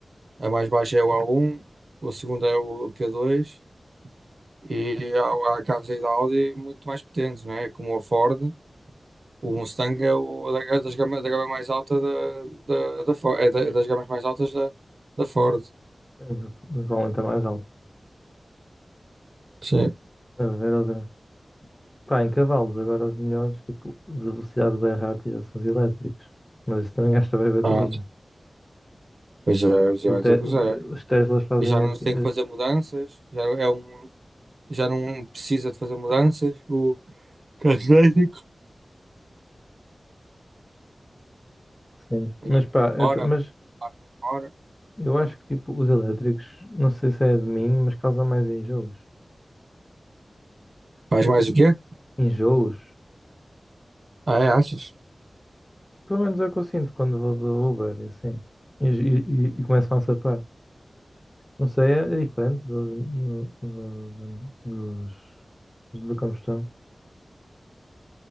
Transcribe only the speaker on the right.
A mais baixa é o A1, a segunda é o q dois e há, há carros aí da Audi muito mais potentes, não é? Como o Ford, o Mustang é o é da, é das gama, da gama mais alta da, da, da Ford, é da- é das gamas mais altas da, da Ford.
Sim.
Ah, Pois já, já
vai
ter que usar.
E já não
se tem que fazer mudanças, já é um, já não precisa de fazer mudanças. O carro elétrico.
E
hora,
hora.
Faz mais o quê?
Ah, é, achas?